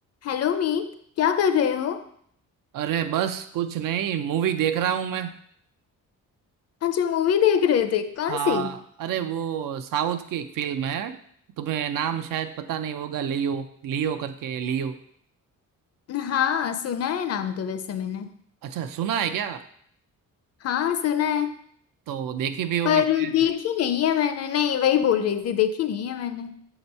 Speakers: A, on the left; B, on the right.
A: हेलो मीत क्या कर रहे हो
B: अरे बस कुछ नहीं मूवी देख रहा हूं मैं
A: अच्छा मूवी देख रहे थे कौन
B: हाँ
A: सी
B: अरे वो साउथ की एक फिल्म है तुम्हें नाम शायद पता नहीं होगा लियो लियो करके लियो
A: हाँ सुना है नाम तो वैसे मैंने
B: अच्छा सुना है क्या
A: हाँ सुना है
B: तो देखी भी होगी
A: पर
B: शायद।
A: देखी नहीं है मैंने नहीं वही बोल रही थी देखी नहीं है मैंने